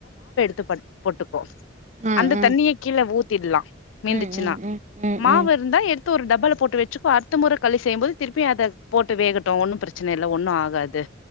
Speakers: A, on the left; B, on the right.
A: து பத் போட்டுக்கோ
B: ஆ
A: அந்த
B: ஆ
A: தண்ணிய கீழ ஊத் திட்லா மீந்துச்சுனா
B: ம் ம் ம் ம்
A: மாவு
B: ம்
A: இருந்தா எடுத் து ஒரு டப்பால போட்டு வச்சுக்கோ அடுத்த முற களி செய்யும்போது திருப்பி அத போட்டு வேகட்டு ஒன்னு பிரச்சன இல்ல ஒன்னு ஆகாது